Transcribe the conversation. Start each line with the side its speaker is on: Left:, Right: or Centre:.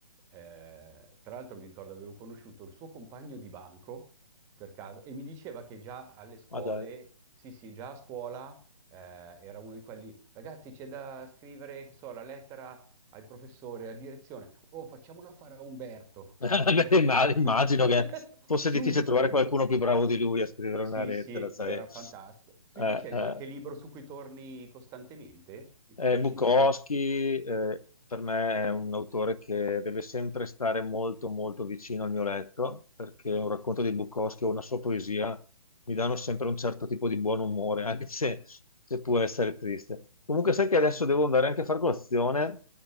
Right: Eh, tra l'altro mi ricordo avevo conosciuto il suo compagno di banco per caso e mi diceva che già alle scuole,
Left: Ma dai.
Right: sì, sì, già a scuola eh, era uno di quelli, ragazzi, c'è da scrivere, che so, la lettera al professore, a direzione. Oh, facciamola fare a Umberto.
Left: <laughs>
Right: Cioè,
Left: Beh, imma- Immagino
Right: <laughs>
Left: che fosse
Right: subito,
Left: difficile trovare
Right: su-
Left: qualcuno più bravo di lui a scrivere
Right: sì,
Left: una lettera,
Right: sì,
Left: sai.
Right: era fantastico. Tu
Left: Eh,
Right: invece hai
Left: eh,
Right: qualche libro su cui torni costantemente? Di
Left: eh,
Right: cui dici,
Left: Bukowski, eh, per me è un autore che deve sempre stare molto, molto vicino al mio letto, perché un racconto di Bukowski o una sua poesia mi danno sempre un certo tipo di buon umore, anche se, se può essere triste. Comunque, sai che adesso devo andare anche a far colazione.